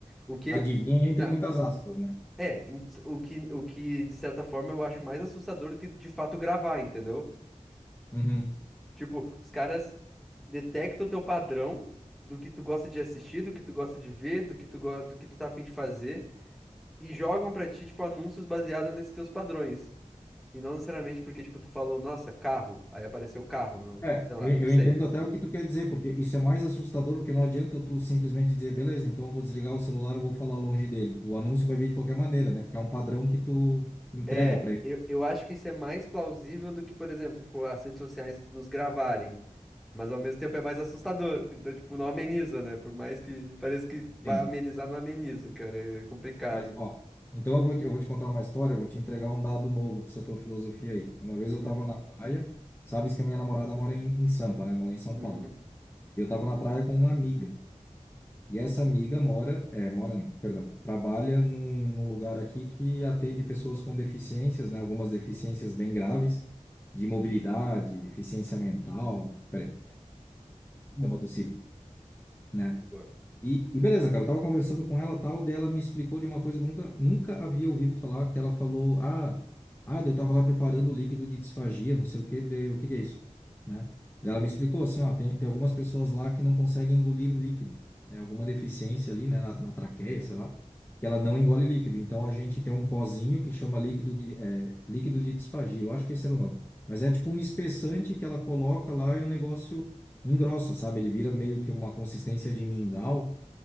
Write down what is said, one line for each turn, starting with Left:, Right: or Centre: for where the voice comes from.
Centre: O que.
Left: adivinha entre
Centre: Na,
Left: muitas aspas, né?
Centre: é, em- o que, o que de certa forma eu acho mais assustador do que de fato gravar, entendeu?
Left: Uhum.
Centre: Tipo, os caras detectam o teu padrão do que tu gosta de assistir, do que tu gosta de ver, do que tu, go- do que tu tá afim de fazer. E jogam pra ti, tipo, anúncios baseados nesses teus padrões. E não necessariamente porque, tipo, tu falou, nossa, carro. Aí apareceu carro no,
Left: É,
Centre: sei lá,
Left: eu, eu
Centre: eu não sei.
Left: entendo até o que tu quer dizer, porque isso é mais assustador, porque não adianta tu simplesmente dizer, beleza, então eu vou desligar o celular, eu vou falar longe dele. O anúncio vai vir de qualquer maneira, né? Porque é um padrão que tu entrega
Centre: É,
Left: para ele.
Centre: eu, eu acho que isso é mais plausível do que, por exemplo, tipo, as redes sociais nos gravarem. Mas ao mesmo tempo é mais assustador. Então, tipo, não ameniza, né? Por mais que pareça que vai
Left: Tem.
Centre: amenizar, não ameniza, cara. É complicado.
Left: Mas, ó, então eu vou, te- eu vou te contar uma história, eu vou te entregar um dado novo para essa tua filosofia aí. Uma vez
Centre: Uhum,
Left: eu tava na praia, sabes que a minha namorada mora em, em Sampa, né? Mora em São
Centre: uhum.
Left: Paulo. E eu tava na praia com uma amiga. E essa amiga mora, é, mora não, perdão, trabalha num, num lugar aqui que atende pessoas com deficiências, né? Algumas deficiências bem graves, de mobilidade, deficiência mental. Peraí, deu uma tossida, né?
Centre: De boa.
Left: E, e beleza, cara, eu tava conversando com ela, tal, dela me explicou de uma coisa que eu nunca, nunca havia ouvido falar, que ela falou, ah, ah, daí eu tava lá preparando o líquido de disfagia, não sei o que, daí eu, o que que é isso, né? Daí Ela me explicou assim, ó, tem, tem algumas pessoas lá que não conseguem engolir líquido, né? Alguma deficiência ali, né, na, na traqueia,
Centre: Uhum,
Left: sei lá, que ela não engole líquido. Então a gente tem um pozinho que chama líquido de, é, líquido de disfagia, eu acho que esse era o nome. Mas é tipo um espessante que ela coloca lá e o negócio engrossa, sabe? Ele vira meio que uma consistência de mingau,